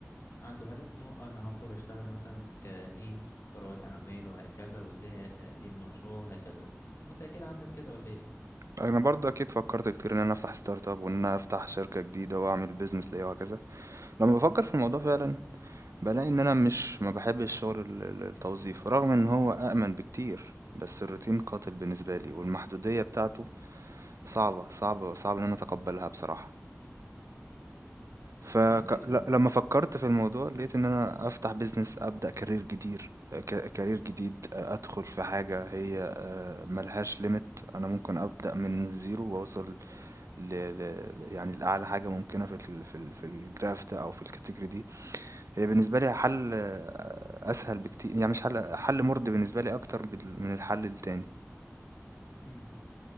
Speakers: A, on the left; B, on the right.
A: عنده هدف ان هو آه انا هخرج اشتغل مثلا في كايه كرواد اعمال وهكذا وازاي ادير مشروع وهكذا وانت اكيد عندك كده ولا ايه
B: أنا برضه أكيد فكرت كتير إن أنا أفتح ستارت أب وإن أنا أفتح شركة جديدة وأعمل بيزنس ليا وهكذا لما بفكر في الموضوع فعلا بلاقي ان انا مش ما بحبش شغل ال- ال- التوظيف رغم ان هو أأمن بكتير بس الروتين قاتل بالنسبة لي والمحدودية بتاعته صعبة صعبة صعب ان انا اتقبلها بصراحة فلما
A: ممكن
B: فكرت في الموضوع لقيت ان انا افتح بيزنس ابدأ كارير جديد ك- كارير جديد آه، ادخل في حاجة هي آه، ملهاش ليميت انا ممكن ابدأ من الزيرو واوصل ل... ل... يعني لأعلى حاجة ممكنة في ال... في ال... في الجراف ده او في الكاتيجوري دي هي بالنسبة لي حل آه، أسهل بكتير يعني مش حل حل مرضي بالنسبة لي أكتر بال- من الحل التاني
A: مم.